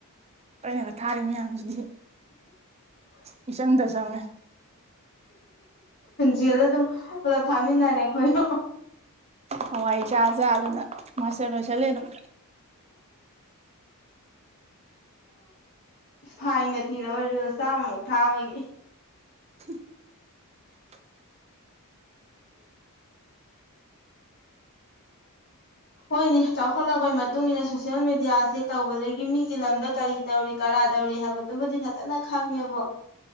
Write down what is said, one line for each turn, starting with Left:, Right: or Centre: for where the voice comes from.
Right: ꯄꯜꯂꯒ ꯊꯥꯔꯤ ꯃꯌꯥꯝꯁꯤꯗꯤ ꯃꯤꯆꯪꯗ ꯆꯪꯉꯦ
Left: ꯖꯦꯜꯗ ꯑꯗꯨꯝ ꯄꯨꯂꯞ ꯊꯥꯃꯤꯟꯅꯔꯦ ꯑꯩꯈꯣꯏꯅꯣ
Right: ꯍꯋꯥꯏꯆꯥꯥꯖꯥ ꯑꯗꯨꯅ ꯃꯥꯁꯇꯔ ꯂꯣꯏꯁꯜꯂꯦ ꯑꯗꯨꯝ
Left: ꯏꯁ ꯐꯥꯏꯟꯒ ꯊꯤꯔꯕ ꯔꯤꯜ ꯆꯥꯝꯃꯃꯨꯛ ꯊꯥꯕꯒꯤ
Right: <unintelligible>
Left: ꯍꯣꯏꯅꯦ ꯆꯥꯎꯈꯠꯂꯛꯄꯒꯤ ꯃꯇꯨꯡ ꯃꯇꯨꯡꯏꯟꯅ ꯁꯣꯁꯤꯌꯦꯜ ꯃꯦꯗꯤꯌꯥꯁꯦ ꯇꯧꯕꯗꯒꯤ ꯃꯤꯒꯤ ꯂꯝꯗ ꯀꯔꯤ ꯇꯧꯔꯤ ꯀꯔꯥꯏ ꯗꯧꯔꯤ ꯍꯥꯏꯕꯗꯨꯕꯨꯗꯤ ꯐꯖꯅ ꯈꯪꯉꯦꯕꯣ